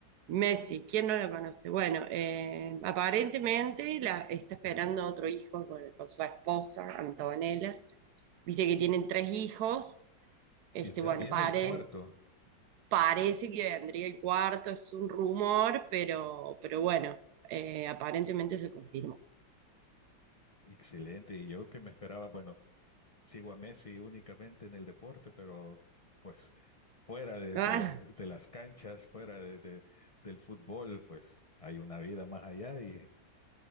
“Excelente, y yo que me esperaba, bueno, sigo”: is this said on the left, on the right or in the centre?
Left